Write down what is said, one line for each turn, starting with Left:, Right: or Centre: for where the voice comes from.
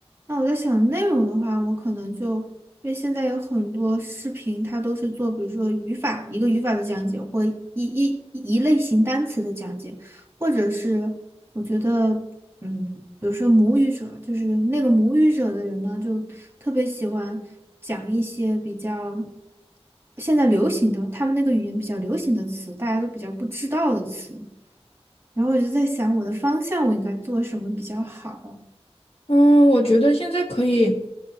Right: 那我在想内容的话，我可能就因为现在有很多视频，它都是做比如说语法一个语法的讲解，或一一一类型单词的讲解，或者是我觉得。嗯，比如说母语者，就是那个母语者的人呢，就特别喜欢讲一些比较现在流行的，他们那个语言比较流行的词，大家都比较不知道的词。然后我就在想，我的方向我应该做什么比较好？
Left: 嗯，我觉得现在可以，